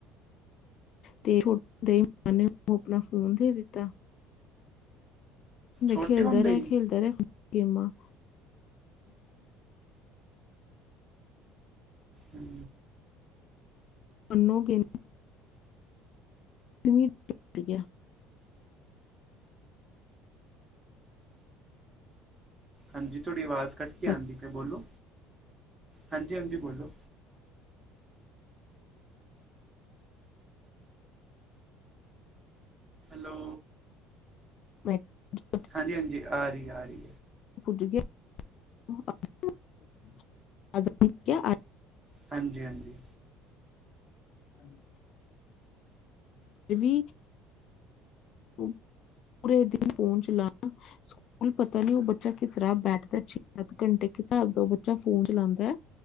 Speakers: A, on the left; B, on the right.
A: ਤੇ <unintelligible> ਆਪਨਾ ਫੋਨ ਦੇ ਦਿੱਤਾ।
B: ਛੋਟੇ
A: ਖੇਲਦਾ
B: ਹੁੰਦੇ
A: ਰੇਆ,
B: ਹੀ
A: ਖੇਲਦਾ ਰੇਆ ਫੇਰ ਗੇਮਾਂ
B: ਹੂੰ।
A: ਓਨੁੰ ਗੇਮ <inaudible>
B: ਹਾਂਜੀ ਤੋਅਡੀ ਆਵਾਜ਼ ਕੱਟ ਕੇ
A: ਹਲੇ
B: ਆਂਦੀ ਪੀ ਬੋਲੋ, ਹਾਂਜੀ-ਹਾਂਜੀ ਬੋਲੋ। ਹਲੋ।
A: <inaudible>
B: ਹਾਂਜੀ-ਹਾਂਜੀ, ਆਰੀ-ਆਰੀ।
A: <inaudible>
B: ਹਾਂਜੀ-ਹਾਂਜੀ।
A: ਹਾਂਜੀ। ਫਿਰ ਵੀ <unintelligible> ਪੂਰੇ ਦਿਨ ਫੋਨ ਚਲਾਨਾ। ਸਕੂਲ ਪਤਾ ਨੀ ਓ ਬੱਚਾ ਕਿਸ ਤਰਾਂ ਬੈਠਦਾ ਛੇ, ਸਾੱਤ ਘੰਟੇ ਸਾਬ ਦਾ ਬੱਚਾ ਫੋਨ ਚਲਾਂਦਾ ਐ।